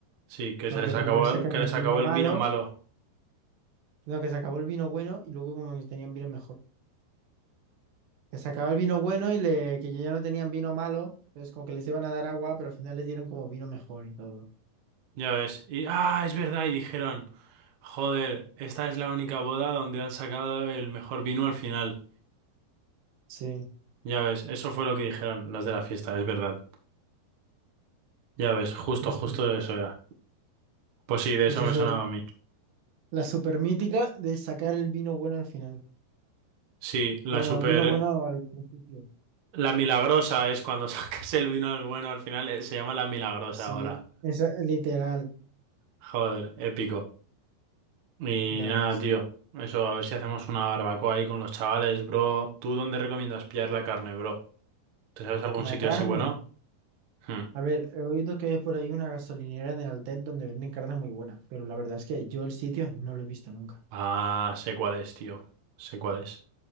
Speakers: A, on the right (about 55°); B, on the right (about 75°).
A: Sí, que
B: Como
A: se les
B: que primero
A: acabó,
B: sacan
A: que
B: el
A: les
B: vino
A: acabó el
B: malo,
A: vino malo.
B: sino que se acabó el vino bueno y luego como que tenían vino mejor. que sacaba el vino bueno y le, que ya no tenían vino malo, entonces como que les iban a dar agua, pero al final les dieron como vino mejor y todo.
A: Ya ves. Y, ah, es verdad. Y dijeron, joder, esta es la única boda donde han sacado el mejor vino al final.
B: Sí,
A: Ya ves, eso fue lo que dijeron los de la fiesta, es verdad. Ya ves, justo,
B: ¿viste?
A: justo eso era. Pues sí, de
B: Pues
A: eso
B: eso
A: me sonaba
B: es
A: a mí.
B: la super mítica de sacar el vino bueno al final.
A: Sí, la
B: Perdón,
A: super...
B: el vino bueno al principio.
A: La milagrosa es cuando <laughs> sacas el vino al bueno al final, eh, se llama la milagrosa
B: Sí,
A: ahora.
B: esa es literal,
A: Joder, épico. Y
B: ya
A: nada,
B: ves.
A: tío. Eso, a ver si hacemos una barbacoa ahí con los chavales, bro. ¿Tú dónde recomiendas pillar la carne, bro? ¿Te sabes algún sitio
B: La carne.
A: así bueno? Hmm.
B: A ver, he oído que hay por ahí una gasolinera en el Altet donde venden carne muy buena, pero la verdad es que yo el sitio no lo he visto nunca.
A: Ah, sé cuál es, tío. Sé cuál es.